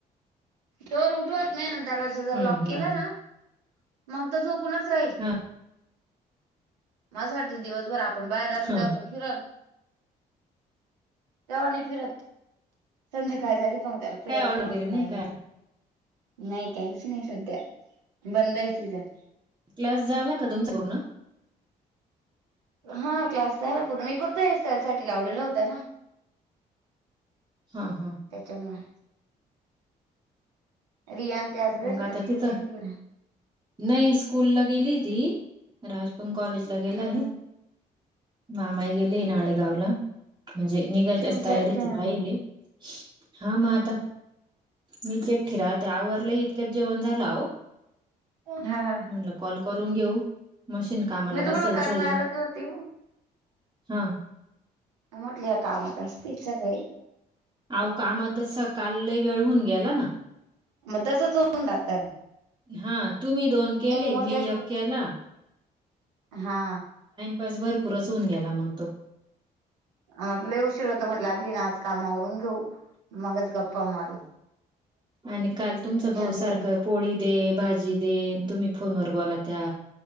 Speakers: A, on the right (about 85°); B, on the right (about 20°).
A: जोर उठवत नाही ना दरवाजा जर
B: हम्म
A: लॉक
B: हम्म
A: केला
B: हम्म
A: ना मग तर झोपूनच राहील
B: हा
A: माज वाटत दिवसभर आप पण बाहेर राहतो
B: हा
A: तवा तो फिरण तेव्हा आणि फिरत संध्याकाळ झाली का मग त्याला फिरायचं
B: काय ऑर्डर
A: राहतं
B: वगैरे नाही
A: बाहेर.
B: काय
A: नाही काहीच नाही सध्या बंद हाय तिच़़.
B: क्लास झाला का पूर्ण?
A: हा क्लास दला पूर्ण मी फक्त एसटल साठी लावलेला होत ना
B: हा हा.
A: त्याच्यामुळे. रियान ते आज घरी
B: मग आता
A: का स्कूलमध्ये
B: तिथं
A: गेला
B: नाही स्कूलला गेली ती राज पण कॉलेजला गेला
A: हा
B: आहे मामाई गेले आहे नाळेगावला. म्हणजे निघायच्याच
A: तुम्ही
B: तयारी ते पाहिले
A: मग
B: हा मग आता मीच एक ठिरा त्या आवरलाही इतक्यात जेवण झाला हो
A: हा हा
B: म्हणल कॉल करून घेऊ. मशीन कामाला
A: मी तुम्हाला
B: बसायचंय
A: करणारच होती
B: हा
A: म्हटल या कामात असतील सकाळी
B: आओ कामात स काल वेळ होउन गेला ना.
A: म तसंच होउन राहत
B: हा तुम्ही दोन केले,
A: म्हटले
B: मी यक केला.
A: हा.
B: बस भरपुरच गेला मंग तो.
A: हा लई उशीर होत म्हटल ना, आदी आज काम आवरून घेऊ. मगच गप्पा मारु
B: आणि काल तुमचा भाऊ
A: नाही
B: सारखा पोळी दे, भाजी दे आणि तुम्ही फोनवर बोला त्या